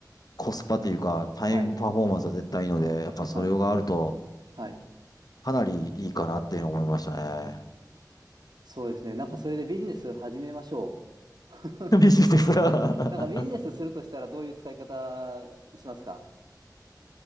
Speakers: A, on the left (about 60°); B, on the right (about 70°).
A: コスパというか、タイムパフォーマンスは絶対いいので、
B: はい。
A: やっぱそれがあると、
B: はい。はい。
A: かなりいいかなっていうのを思いましたね。
B: そうですね。なんかそれでビジネス始めましょ
A: うん。
B: う。
A: <laughs> ビジネスは
B: <laughs> なんかビジネスするとしたらどういう使い方しますか